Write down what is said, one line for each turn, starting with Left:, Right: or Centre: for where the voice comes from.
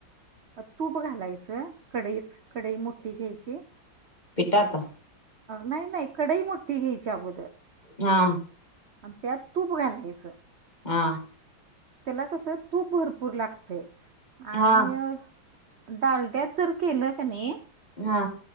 Right: मग तूप घालायचं कढईत. कढई मोठी घ्यायची
Left: पिठात
Right: नाही नाही कढई मोठी ती घ्यायची अगोदर
Left: हा
Right: त्यात तूप घालायचं.
Left: हा
Right: त्याला कस तूप भरपूर लागते आणि
Left: हा
Right: डालड्यात जर केलं का नाही?
Left: हा.